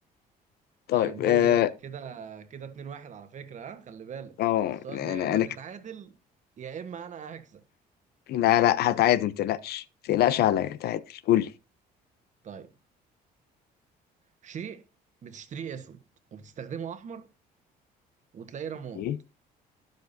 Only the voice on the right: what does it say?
طيب
دور يلا كده كده اتنين واحد على فكرة ها خلي بالك
السؤال
ده يا اما
تتعادل يا اما انا هكسب
طيب شيء بتشتريه اسود وبتستخدمه احمر وتلاقيه رماد